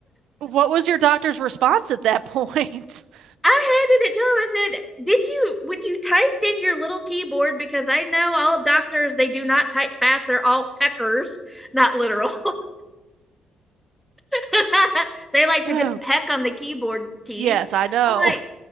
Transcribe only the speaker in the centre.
handed it to him. I said, Did you, when you typed in your little keyboard, because I know all doctors, they do not type fast, they're all peckers, not literal. <laughs> they like to
just peck on the keyboard keys.
I'm like,